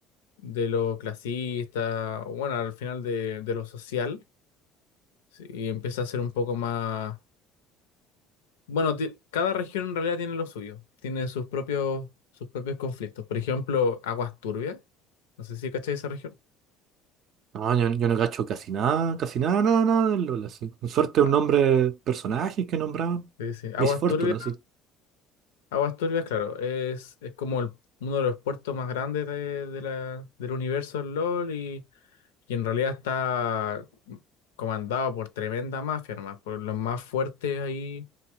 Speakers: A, on the left; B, on the right.
A: de lo clasista, o bueno, al final de, de lo social, sí, y empieza a ser un poco más... Bueno, ti- cada región en realidad tiene lo suyo, tiene sus propios, sus propios conflictos. Por ejemplo, Aguas Turbias, no sé si cachai esa región.
B: No, yo, yo no cacho casi nada, casi nada, nada, nada del LOL, así. Con suerte
A: Ah,
B: un nombre, personajes que nombraban.
A: sí, sí. Aguas
B: Miss Fortune,
A: Turbias,
B: así.
A: Aguas Turbias, claro, es, es como el- uno de los puertos más grandes de, de la, del universo LOL y... y en realidad está comandado por tremenda mafia nomás, por los más fuertes ahí